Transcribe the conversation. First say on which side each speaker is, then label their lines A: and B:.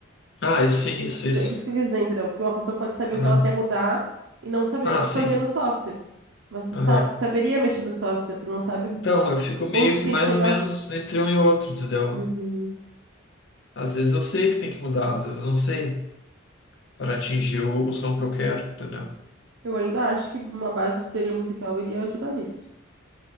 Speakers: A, on the left (about 65°); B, on the right (about 70°).
A: Ah, isso, sim, isso, isso.
B: É isso que eu quis dizer, entendeu? Porque uma pessoa pode saber
A: Aham.
B: o que ela quer mudar e não saber
A: Ah, sim.
B: fazer no software. Mas tu
A: Aham.
B: sabe, saberia mexer no software, tu não sabe
A: Então, eu fico meio
B: onde tu
A: que
B: tem
A: mais
B: que chegar.
A: ou menos entre um e outro, entendeu?
B: <clears throat>
A: Às vezes eu sei que tem que mudar, às vezes eu não sei para atingir o, o som que eu quero, entendeu?
B: Eu ainda acho que uma base de teoria musical iria ajudar nisso.